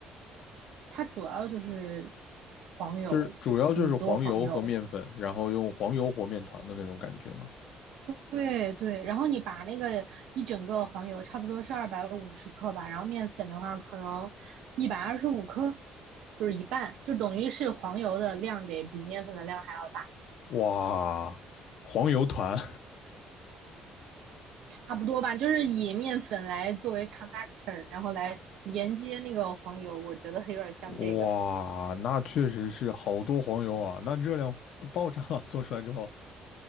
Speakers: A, on the right; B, on the left.
A: 它主要就是黄油，
B: 就是主要就是黄油和面粉，
A: 很多黄油。
B: 然后用黄油和面团的那种感觉吗？
A: 对对，然后你把那个一整个黄油差不多是二百五十克吧，然后面粉的话可能一百二十五克，就是一半，就等于是黄油的量得比面粉的量还要
B: 哇，黄油团，
A: 差不多吧，就是以面粉来作为 c o n n e c t o r 然后来连接那个黄油，我觉得有点像这个。
B: <laughs> 哇，那确实是好多黄油啊，那热量就爆炸了。做出来之后，